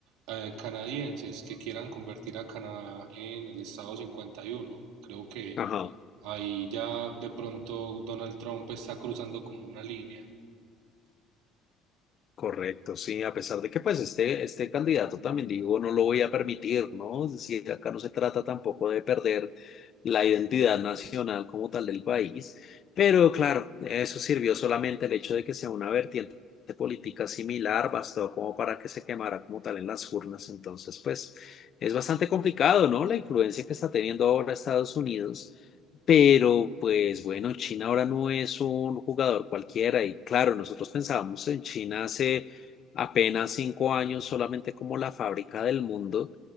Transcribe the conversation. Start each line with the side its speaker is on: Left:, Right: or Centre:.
Right: eh, canadienses que quieran convertir a Canadá en el Estado 51. Creo que
Left: Ajá.
Right: Ahí ya de pronto Donald Trump está cruzando como una línea.
Left: Correcto, sí, a pesar de que pues este, este candidato también dijo no lo voy a permitir, ¿no? Es decir, acá no se trata tampoco de perder la identidad nacional como tal del país, pero claro, eso sirvió solamente el hecho de que sea una vertiente política similar, bastó como para que se quemara como tal en las urnas, entonces pues es bastante complicado, ¿no? La influencia que está teniendo ahora Estados Unidos pero pues bueno, China ahora no es un jugador cualquiera y claro, nosotros pensábamos en China hace apenas cinco años solamente como la fábrica del mundo